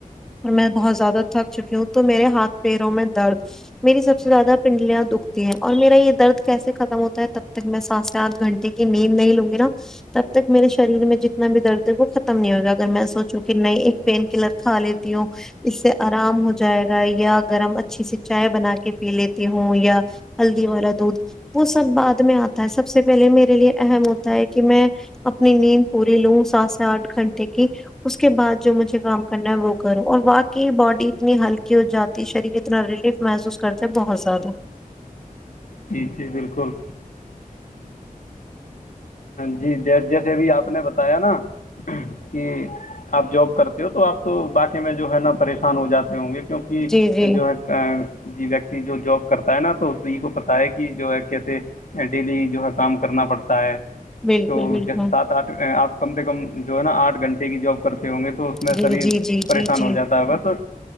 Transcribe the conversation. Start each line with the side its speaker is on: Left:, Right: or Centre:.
Centre: اور میں بہت زیادہ تھک چکی ہوں تو میرے ہاتھ پیروں میں درد میری سب سے زیادہ پنڈلیاں دکھتی ہیں اور میرا یہ درد کیسے ختم ہوتا ہے تب تک میں سات سے آٹھ گھنٹے کی نیند نہیں لوں گی نا تب تک میرے شریر میں جتنا بھی درد ہے وہ ختم نہیں ہوگا اگر میں سوچوں کہ نئے ایک پین کلر کھا لیتی ہوں اس سے آرام ہو جائے گا یا گرم اچھی سے چائے بنا کے پی لیتی ہوں یا ہلدی والا دودھ وہ سب بعد میں آتا ہے سب سے پہلے میرے لیے اہم ہوتا ہے کہ میں اپنی نیند پوری لوں سات سے آٹھ گھنٹے کی اس کے بعد جو مجھے کام کرنا ہے وہ کروں اور واقی باڈی اتنی ہلکی ہو جاتی شریر اتنا ریلیف محسوس کرتے ہیں بہت زیادہ
Left: جی جی بالکل جی جی جیسے بھی آپ نے بتایا نا کہ آپ جاب کرتے ہو تو آپ تو باقی میں جو ہے نا پریشان ہو جاتے ہوں گے کیونکہ
Centre: جی جی
Left: جو ہے ویکتی جو جاب کرتا ہے نا تو اسی کو پتا ہے کہ جو ہے کیسے ڈیلی جو ہے کام کرنا پڑتا ہے
Centre: بالکل
Left: تو
Centre: بالکل
Left: جیسے سات آٹھ آپ کم سے کم جو ہے نا آٹھ گھنٹے بھی جاب کرتے ہوں گے تو اس میں
Centre: جی
Left: شریر
Centre: جی جی
Left: پریشان
Centre: جی جی
Left: ہو جاتا ہے <unintelligible> تو